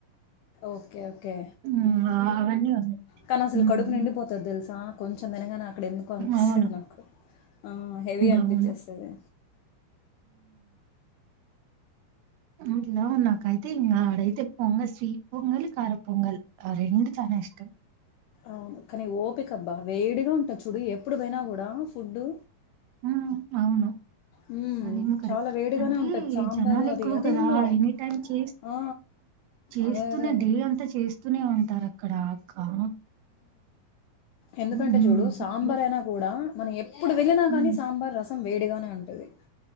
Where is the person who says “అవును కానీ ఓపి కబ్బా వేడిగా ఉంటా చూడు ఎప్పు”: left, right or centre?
Left